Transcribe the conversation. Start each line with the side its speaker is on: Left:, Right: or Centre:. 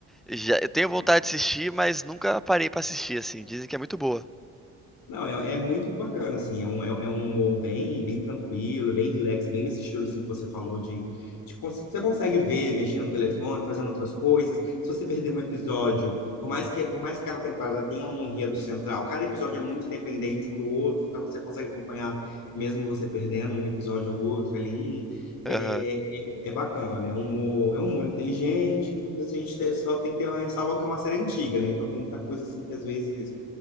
Centre: Já eu tenho
Left: Vamos.
Centre: vontade de assistir, mas nunca parei pra assistir assim. Dizem que é muito boa.
Left: Não, é, é muito bacana, assim, é um, é, é um humor bem, bem tranquilo, bem relax, bem nesse estilo, assim, que você falou de, de cons- Você consegue ver mexendo no telefone, fazendo outras coisas. Se você perder um episódio, por mais que, por mais que cada temporada tenha um enredo central, cada episódio é muito independente um do outro, então você consegue acompanhar, mesmo você perdendo um episódio ou outro ali. É,
Centre: Aham.
Left: é, é bacana, é um humor, é um humor inteligente, mas a gente te- só tem que ter uma ressalva que é uma série antiga, né? Então tem muita coisa, assim, que às vezes